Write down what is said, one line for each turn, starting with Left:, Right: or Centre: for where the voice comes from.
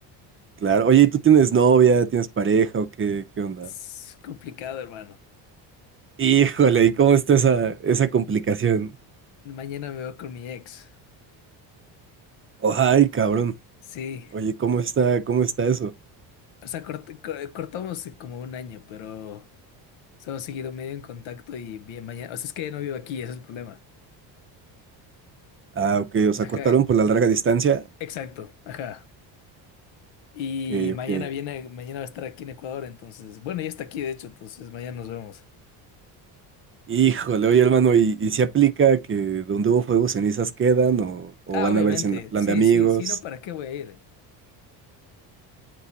Right: Claro, oye, ¿y ¿tú tienes novia, tienes pareja o qué, qué onda?
Left: Es complicado, hermano.
Right: Híjole, ¿y cómo está esa, esa complicación?
Left: Mañana me voy con mi ex.
Right: Ay, cabrón.
Left: Sí,
Right: Oye, ¿cómo está, cómo está eso?
Left: o sea, cort- co- cortamos como un año, pero hemos seguido medio en contacto y bien mañana, o sea, es que no vivo aquí, ese es el problema.
Right: Ah, ok, o sea,
Left: Ajá,
Right: cortaron por la larga distancia.
Left: exacto, ajá. Y
Right: Ok,
Left: mañana
Right: ok.
Left: viene, mañana va a estar aquí en Ecuador, entonces, bueno, ya está aquí, de hecho, entonces mañana nos vemos.
Right: Híjole, oye hermano, ¿y, y si aplica que donde hubo fuego cenizas quedan o, o
Left: Ah,
Right: van
Left: obviamente,
Right: a verse en plan
Left: sí,
Right: de amigos?
Left: sí, sí, no, ¿para qué voy a ir?